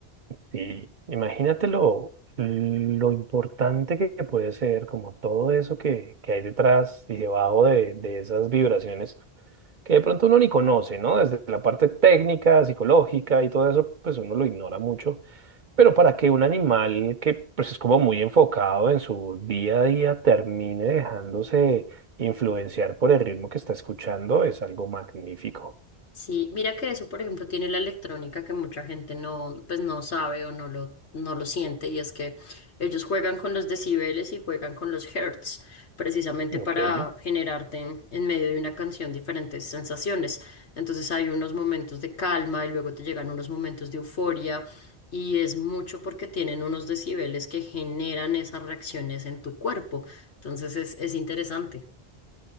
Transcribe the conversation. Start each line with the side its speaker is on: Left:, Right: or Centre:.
Right: Sí, imagínate lo, lo importante que que puede ser, como todo eso que, que hay detrás y debajo de, de esas vibraciones que de pronto uno ni conoce, ¿no? Desde la parte técnica, psicológica y todo eso, pues uno lo ignora mucho. Pero para que un animal que pues es como muy enfocado en su día a día termine dejándose influenciar por el ritmo que está escuchando, es algo magnífico,
Left: Sí, mira que eso, por ejemplo, tiene la electrónica que mucha gente no, pues no sabe o no lo, no lo siente, y es que ellos juegan con los decibeles y juegan con los hertz, precisamente
Right: ¿ok?
Left: para generarte en, en medio de una canción diferentes sensaciones. Entonces hay unos momentos de calma y luego te llegan unos momentos de euforia, y es mucho porque tienen unos decibeles que generan esas reacciones en tu cuerpo. Entonces es, es interesante.